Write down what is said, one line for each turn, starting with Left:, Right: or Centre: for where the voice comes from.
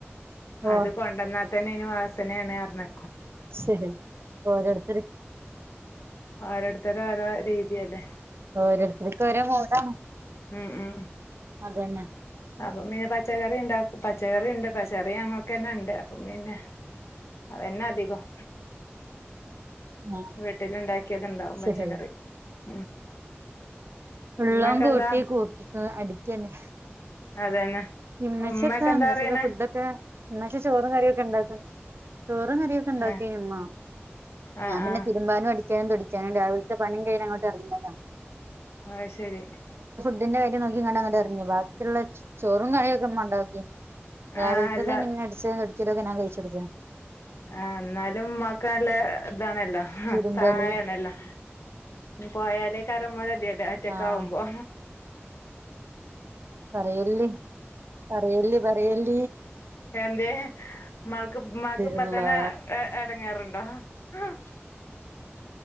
Right: ഓ
Left: അത് കൊണ്ടന്നാ തന്നെ ഇന് വാസനയാണ് പർഞ്ഞ
Right: ശരി ഓരോരുത്തര്
Left: ആരുട്ത്തോരോ രീതിയല്ലേ
Right: ഓരോരുത്തർക്ക് ഓരോ മൂടാണ്
Left: ഉം ഉം
Right: അതന്നെ
Left: അപ്പൊ പിന്നെ പച്ചക്കറി ഉണ്ടാ പച്ചക്കറി ഉണ്ട് പച്ചക്കറി അങ്ങക്കന്നെ ഉണ്ട് അപ്പം പിന്നെ അതന്നെ അധികം
Right: ആഹ്
Left: വീട്ടിലുണ്ടാക് ക്ക്യത്ണ്ടാവും പച്ചക്കറി
Right: ശരി
Left: ഉം
Right: ഉള്ളം
Left: ഉമ്മക്കെന്താ
Right: കൂട്ടി കൂട്ടി അടിക്കന്നെ
Left: അതന്നെ
Right: ഇമ്മച്ചി
Left: ഉമ്മക്കെ
Right: ഒക്കെ
Left: എന്താ
Right: ഇമ്മച്ചി
Left: പറയണേ
Right: ഫുഡൊക്കെ ഉമ്മച്ചി ചോറ് കറിയൊക്കെ ഉണ്ടാക്കും ചോറും കറിയൊക്കെണ്ടാക്കിയിമ്മ
Left: ആ ആ
Right: ഞാൻ പിന്നെ
Left: ആ
Right: തിരുമ്പാനും അടി കാൻ പിടിക്കാനുണ്ട് രാവിലത്തെ പണിം കഴിഞ്ഞ് അങ്ങോട്ട് എറങ്ങിയതാ
Left: ആ ശരി
Right: <unintelligible> എർങ്ങി ബാക്കിള്ളെ ചോറും കറി ഒക്കെ മ്മ ണ്ടാക്കി രാവിലത്തത്
Left: ആ അല്ല
Right: പിന്നെ അട്ച്ചലും തൊടക്കലൊക്കെ ഞാൻ കഴിച്ചടുത്
Left: ആ എന്നാലും ഉമ്മാക്ക് നല്ല ഇതാണല്ലോ
Right: തിരുമ്പല്
Left: സായേണല്ലോ പോയാലേകരമ്മ കത്യട ഒറ്റക്ക്
Right: ആഹ്
Left: ആവുമ്പോ
Right: പറയെല്ലി പറയെല്ലി പറയെല്ല്
Left: എന്തേ മാക്ക് മാക്ക് ഇപ്പത്തനെ
Right: അള്ളാ
Left: എടങ്ങേർണ്ടോ ആ